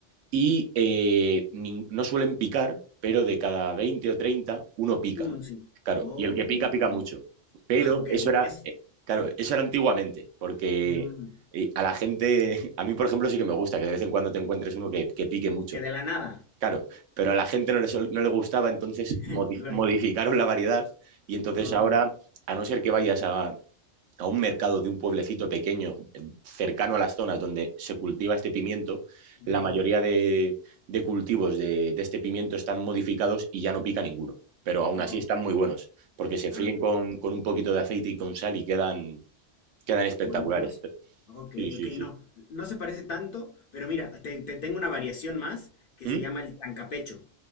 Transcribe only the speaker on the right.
y eh, nin- no suelen picar, pero de cada 20 o 30 uno pica.
Claro,
y el que
pica,
pica mucho. Pero
eso era,
eh, claro, eso era antiguamente, porque
eh, a la gente, <laughs> a mí por ejemplo sí que me gusta que de vez en cuando te encuentres uno que, que pique mucho,
claro, pero a la gente no le, sol- no le gustaba, entonces
modi-
modificaron la variedad y entonces
ahora, a no ser que vayas a, a un mercado de un pueblecito pequeño eh, cercano a las zonas donde se cultiva este pimiento,
la mayoría de, de cultivos de, de, este pimiento están modificados y ya no pica ninguno, pero aún
así están muy buenos, porque se
fríen
con, con un poquito de aceite y con sal y quedan, quedan espectaculares.
Sí, sí,
sí.
¿Mm?